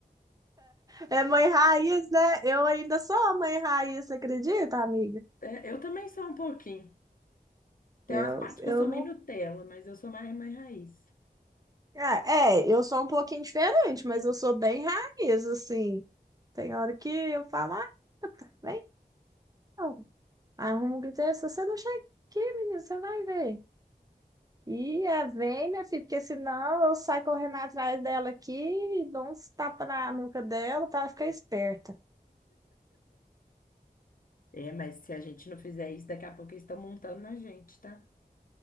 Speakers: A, on the right (about 20°); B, on the left (about 60°).
A: É mãe raiz, né? Eu ainda sou a mãe raiz, você acredita, amiga?
B: É, Eu também sou um pouquinho. Tem
A: Eu,
B: umas partes
A: eu
B: que eu sou
A: não
B: meio Nutella, mas eu sou mais, mais raiz.
A: Ah, é, eu sou um pouquinho diferente, mas eu sou bem raiz, assim. Tem hora que eu falo, ah, vem, não. Arruma um griteiro, se você não chega aqui, menino, você vai ver. E é, vem, minha filha, porque senão eu saio correndo atrás dela aqui e dou uns tapas na nuca dela para ela ficar esperta.
B: É, mas se a gente não fizer isso, daqui a pouco eles estão montando na gente, tá?